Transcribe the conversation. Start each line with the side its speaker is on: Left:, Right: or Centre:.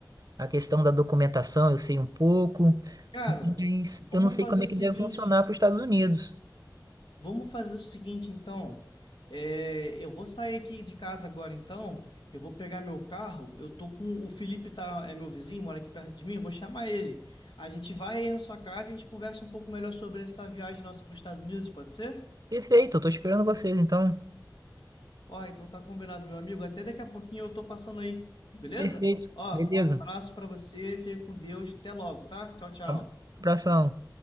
Right: A questão da documentação eu sei um pouco,
Left: Cara,
Right: mas
Left: vamos
Right: eu não sei
Left: fazer
Right: como
Left: o
Right: é
Left: seguinte.
Right: que deve funcionar para os Estados Unidos.
Left: Vamos fazer o seguinte, então. É, eu vou sair aqui de casa agora, então. Eu vou pegar meu carro. Eu tô com o Felipe, tá, é meu vizinho, mora aqui perto de mim. Eu vou chamar ele. A gente vai aí na sua casa e a gente conversa um pouco melhor sobre essa viagem nossa para os Estados Unidos, pode ser?
Right: Perfeito, eu tô esperando vocês, então.
Left: Ó, então tá combinado, meu amigo. Até daqui a pouquinho eu tô passando aí, beleza?
Right: Perfeito,
Left: Ó,
Right: beleza.
Left: um abraço para você, fica com Deus. Até logo, tá? Tchau, tchau.
Right: Abra- Abração.